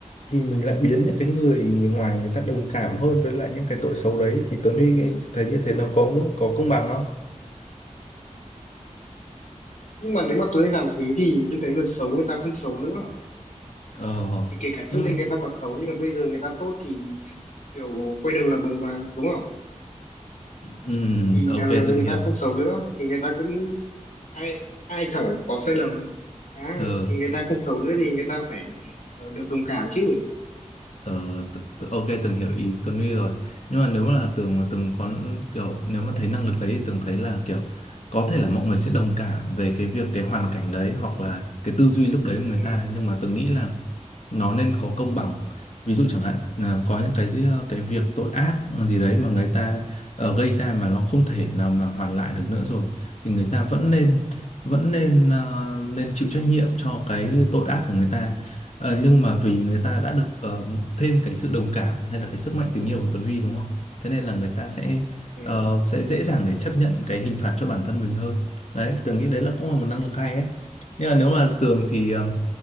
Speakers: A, on the left; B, on the left.
A: thì mình lại biến những cái người ngoài người ta đồng cảm hơn với lại những cái tội xấu đấy thì Tuấn Huy thấy như thế nó có có công bằng không?
B: nhưng mà nếu mà Tuấn Nghi làm thế thì những cái người xấu người ta không xấu nữa
A: Ờ,
B: thì kể cả
A: nhưng
B: trước đây
A: mà,
B: người ta còn xấu nhưng mà bây giờ người ta tốt thì kiểu quay đầu là bờ mà đúng không
A: ừm,
B: thì
A: ok,
B: ờ,
A: từng
B: người
A: hiểu.
B: ta không xấu nữa thì người ta cũng ai ai chẳng có sai lầm à,
A: Ờ,
B: thì người ta không xấu nữa thì người ta phải ờ, được đồng cảm chứ
A: Ờ, tự, tự, ok Tường hiểu ý Tuấn Huy rồi nhưng mà nếu mà là Tường mà Tường có kiểu nếu mà thấy năng lực đấy thì Tường thấy là kiểu có thể là mọi người sẽ đồng cảm về cái việc cái hoàn cảnh đấy hoặc là cái tư duy lúc đấy của người
B: ừ,
A: ta nhưng mà Tường nghĩ là nó nên có công bằng ví dụ chẳng hạn là có những cái ờ, cái việc tội ác gì đấy mà người ta ờ, gây ra mà nó không thể nào mà hoàn lại được nữa rồi thì người ta vẫn nên vẫn nên ờ, nên chịu trách nhiệm cho cái tội ác của người ta Ờ, nhưng mà vì người ta đã được ờ, thêm cái sự đồng cảm hay là cái sức mạnh tình yêu của Tuấn Huy đúng không? Thế nên là người ta sẽ
B: ừ.
A: ờ, sẽ dễ dàng để chấp nhận cái hình phạt cho bản thân mình hơn. Đấy, Tường nghĩ đấy là cũng là một năng lực hay ấy. Nhưng mà nếu là Tường thì ờ,